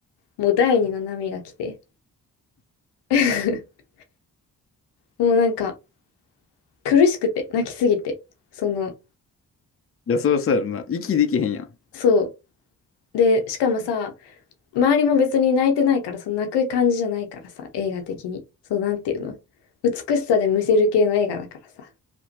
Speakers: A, on the left; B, on the left.
A: もう第二の波が来て <laughs>、もうなんか苦しくて、泣きすぎて。その、
B: いや、そうそうやろな。息できへんやん。
A: そう。で、しかもさ、周りも別に泣いてないから、その泣く感じじゃないからさ、映画的に。そう、なんていうの。美しさでむせる系の映画だからさ。